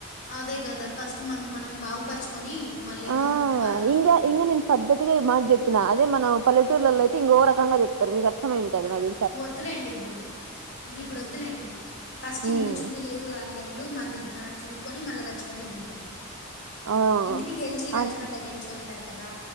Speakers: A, on the left; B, on the right.
A: అదే కదా ఫస్ట్ మంది మనం బాగుపరచుకొని మళ్ళ ఏమైన్నా
B: ఆ
A: ఉంటే వాళ్ళది
B: ఇంగా
A: చేయ్యాల
B: ఇంగా నేను పద్ధతిగా ఈ మాట చెప్పినాఅదే మనం పలెటూర్లలో అయితే ఇంకో రకంగా చెప్తారు మీకు అర్థమ ఏంటి అని అది
A: ఒద్దులేండి ఇబ్బుడు ఇప్పుడు ఒద్దులేండి ఫస్ట్
B: హ్మ్
A: ఇల్లు చూడు అన్నట్లు మంది మనం చూసుకొని మళ్ళ రచ్చబండ చూద్దాం
B: ఆ
A: ఇంటినీ గెలిచి రచ్చుబండ
B: అన్
A: గెల్చు అంటారు కదా